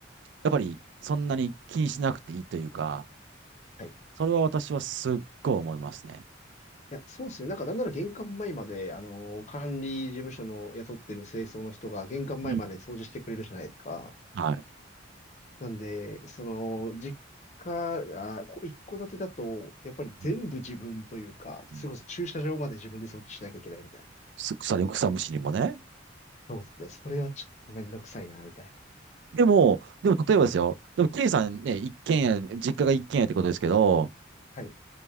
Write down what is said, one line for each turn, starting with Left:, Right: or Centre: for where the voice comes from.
Right: やっぱりそんなに気にしなくていいというか、
Left: はい。い
Right: それは私はすっごい思いますね。
Left: や、そうですね。なんかなんなら玄関前まで、あのー管理事務所の雇ってる清掃の人が玄関前まで掃除してくれるじゃないですか。
Right: うん。はい。
Left: なんで、その、実家、あ、こ一戸建てだと、やっぱり全部自分というか、
Right: うんうん
Left: それこそ駐車場まで自分で掃除しなきゃいけないみたいな。
Right: す草に、草むしりもね。
Left: そうですね。それはちょっとめんどくさいな、みたいな。
Right: でも、でも例えばですよ。でも、ケイさんね、一軒家、実家が一軒家ってことですけど、
Left: はい。